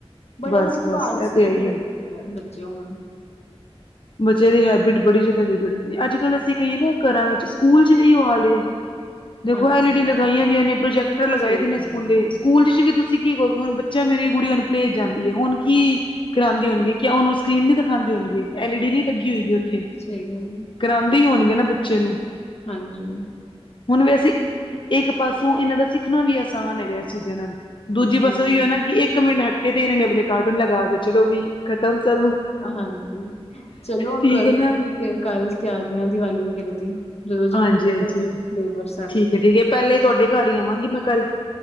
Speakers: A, on the left (about 80°); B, on the left (about 50°).
A: ਬੜੇ
B: ਬਸ
A: ਮਤਲਬ
B: ਬਸ
A: ਆਾਰ
B: ਇਹ
A: ਸੀ
B: ਤੇ ਹੈ ਹੀ
A: ਹੋ
B: ਆ।
A: ਗਏ ਬੱਚੇ ਹੁਨ
B: ਬੱਚਿਆਂ ਦੀ ਹੈਬਿਟ ਬੜੀ ਜ਼ਿਆਦਾ ਵਿਗੜ ਗਈ ਅੱਜ ਕੱਲ੍ਹ ਅਸੀਂ ਕਹੀਏ ਨਾ ਘਰਾਂ ਵਿੱਚ ਸਕੂਲ ਚ ਵੀ ਉਹ ਹਾਲੇ ਦੇਖੋ
A: ਹਾਂਜੀ
B: ਐਲ ਈ ਡੀ ਲਗਾਈਆਂ ਦੀਆਂ ਨੇ ਪ੍ਰੋਜੈਕਟਰ ਲਗਾਏ
A: ਸਹੀ
B: ਦੇ ਨੇ
A: ਗੱਲ
B: ਸਕੂਲੇ
A: ਹੈ।
B: ਸਕੂਲ ਚ ਵੀ ਤੁਸੀਂ ਕੀ ਕਹੋਗੇ ਹੁਣ ਬੱਚਾ ਮੇਰੀ ਗ ਕੁੜੀ ਅਣੁਪਲੇਜ ਜਾਂਦੀ ਹੈ ਹੁਣ ਕੀ ਕਰਾਉਂਦੇ ਹੋਣਗੇ ਕ ਉਹਨੂੰ ਸਕਰੀਨ ਨੀ ਦਿਖਾਉਂਦੇ ਹੋਣਗੇ ਐਲ ਈ ਡੀ ਨੀ ਲੱਗੀ ਹੋਏਗੀ ਉੱਥੇ
A: ਸਹੀ ਗਲ ਅ
B: ਕਰਾਂਦੇ ਹੀ ਹੋਣਗੇ ਨਾ ਬੱਚੇ ਨੂੰ
A: ਹਾਂਜੀ
B: ਹੁਣ ਵੈਸੇ ਇੱਕ ਪਾਸੋਂ ਇਹਨਾਂ ਦਾ ਸਿੱਖਣਾ ਵੀ ਆਸਾਨ ਹੈਗਾ ਚੀਜ਼ਾਂ ਨਾਲ ਦੂਜੀ ਪਾਸੇ
A: ਹੂੰ
B: ਹੀ ਹੈ ਨਾ ਕਿ ਇੱਕ ਮਿੰਟ ਹੱਟੇ ਤੇ ਇਹਨਾਂ ਨੇ ਆਪਣੇ ਕਾਰਟੂਨ ਲਗਾ ਕੇ ਚਲੋ ਬਈ ਖਤਮ ਸਭ
A: ਹਾਂਜੀ ਚਲੋ ਹੁਣ
B: ਠੀਕ
A: ਕਰੋ
B: ਹੈ ਨਾ
A: ਤੁਸੀਂ ਫਿਰ ਕੱਲ ਤਿਆਰੀਆਂ ਦੀਵਾਲੀ ਵਗੈਰਾ ਦੀ ਜਦੋਂ ਜਾਂਦੇ
B: ਹਾਂਜੀ
A: ਆ
B: ਹਾਂਜੀ
A: ਫ ਉਦੋਂ ਲੇਬਰ ਸਾਰੀ
B: ਠੀਕ ਹੈ ਠੀਕ ਹੈ ਪਹਿਲੇ ਤੁਹਾਡੇ ਘਰ ਹੀ ਆਵਾਂਗੀ ਮੈਂ ਕੱਲ